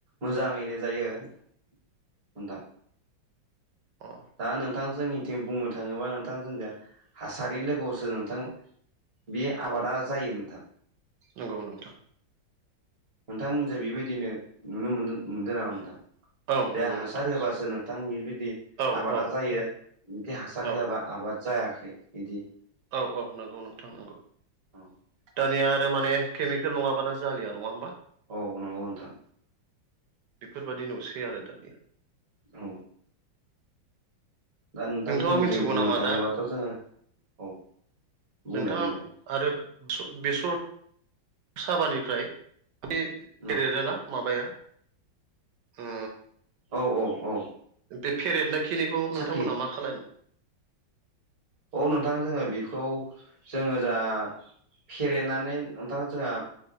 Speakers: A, on the right; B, on the right.
A: मोजाङैनो जायो नोंथां।
B: अ
A: दा नोंथां जोंनिथिं बुंनो थाङोबा नोंथां जोंनिजों हासारि लोगोआवसो नोंथां बे आबादा जायो नोंथां।
B: नंगौ नोंथां।
A: नोंथांमोननिजों बेबायदिनो नुनो मोनदों नुदों नामा नोंथां?
B: औ
A: जे
B: नंगौ
A: हासार
B: नोंथां
A: होबासो नोंथां बिबायदि
B: औ
A: आबादा
B: औ
A: जायो बिदि हासार
B: औ
A: होआबा आबाद जायाखै इदि?
B: औ औ नंगौ नोंथां नंगौ।
A: औ
B: दानिया आरो माने केमिकेल नङाबानो जालिया नङा होमबा?
A: औ नंगौ नोंथां।
B: बेफोरबादि नुसै आरो दानिया।
A: औ दा नोंथां
B: नोंथाङा
A: जोंनिथिं
B: मिथिगौ
A: बुंनो
B: नामा
A: थाङोबाथ'
B: दा
A: जोङो औ बुंलाय
B: नोंथाङा
A: बुंलाय‌
B: आरो बेस बेसर साबानिफ्राय बे फेरेदोना
A: औ
B: माबाया ओ
A: औ औ औ।
B: बे फेरेदनाय खिनिखौ नोंथांमोनहा
A: साख्लि
B: मा खालामो?
A: औ नोंथां जोङो बेखौ जोङो जा फेरेदनानै नोंथां जोंहा